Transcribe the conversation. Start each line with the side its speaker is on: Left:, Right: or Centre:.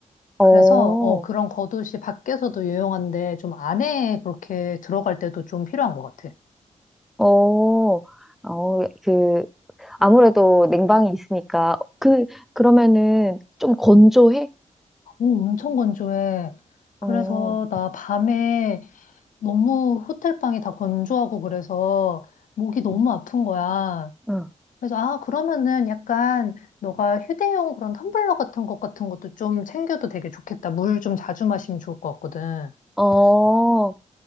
Centre: 어,
Left: 그래서 어, 그런 겉옷이 밖에서도 유용한데 좀 안에 그렇게 들어갈 때도 좀 필요한 것 같아.
Centre: 어, 어, 그, 아무래도 냉방이 있으니까 그 그러면은 좀 건조해?
Left: 음. 오, 엄청 건조해. 그래서
Centre: 어,
Left: 나 밤에 너무 호텔방이 다 건조하고 그래서 목이 너무
Centre: 응,
Left: 아픈 거야.
Centre: 응.
Left: 그래서 아, 그러면은 약간 너가 휴대용 그런 텀블러 같은 것 같은 것도 좀 챙겨도 되게 좋겠다. 물 좀 자주 마시면 좋을 것 같거든.
Centre: 어,